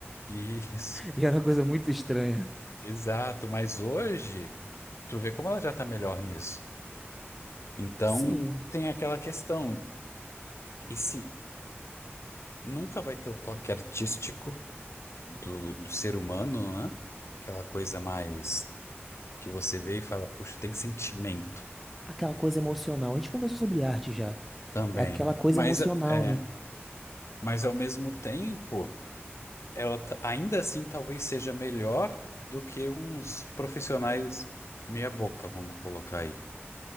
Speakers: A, on the left (about 80°); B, in the centre.
A: Isso,
B: E era uma coisa muito estranha.
A: <laughs> exato. Mas hoje, tu vê como ela já tá melhor nisso. Então,
B: Sim.
A: tem aquela questão, esse nunca vai ter o toque artístico do, do ser humano, né? Aquela coisa mais que você vê e fala, puxa, tem sentimento
B: aquela coisa emocional. A gente conversou sobre arte já.
A: também.
B: É aquela coisa
A: Mas,
B: emocional,
A: é, é,
B: né?
A: mas ao mesmo tempo, ela ta- ainda assim talvez seja melhor do que uns profissionais meia boca, vamos colocar aí.